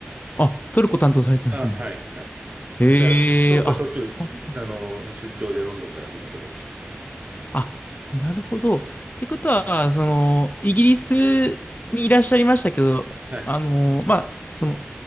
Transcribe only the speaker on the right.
あ、はい、はい。
だから、トルコはしょっちゅう、
あの、出張でロンドンから出かけてました。
はい、